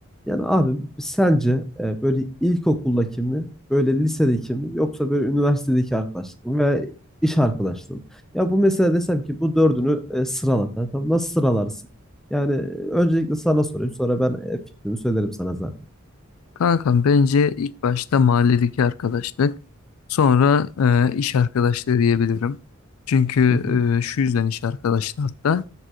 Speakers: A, in the centre; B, on the left.
A: Yani abi sence e, böyle ilkokuldaki mi böyle lisedeki mi yoksa böyle üniversitedeki arkadaşlık mı ve iş arkadaşlığı mı? Ya bu mesela desem ki bu dördünü e, sırala kankam nasıl sıralarsın? Yani e, öncelikle sana sorayım sonra ben e, fikrimi söylerim sana zaten.
B: Kankam bence ilk başta mahalledeki arkadaşlık, sonra e, iş arkadaşlığı diyebilirim. Çünkü
A: Hı hı.
B: e, şu yüzden iş arkadaşlığı hatta